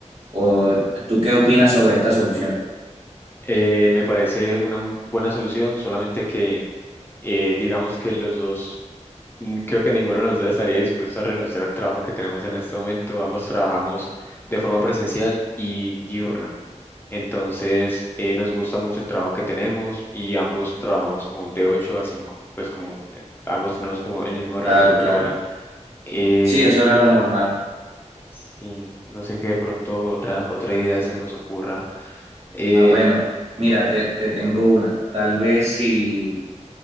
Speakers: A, on the right; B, on the left.
A: ¿O tú qué opinas sobre esta solución?
B: Eh, me parece una m- buena solución, solamente que eh, digamos que los dos Mm, Creo que ninguno de los dos estaría dispuesto a renunciar al trabajo que tenemos en este momento. Ambos trabajamos de forma presencial y diurna. Entonces, eh, nos gusta mucho el trabajo que tenemos y ambos trabajamos como de ocho a cinco Pues como eh, ambos tenemos como el mismo horario
A: Claro, claro.
B: laboral. Em,
A: Sí, eso era lo normal.
B: sí, no sé qué de pronto otra, otra idea se nos ocurra. Em,
A: Ah, bueno, mira, te, te tengo una. Tal vez si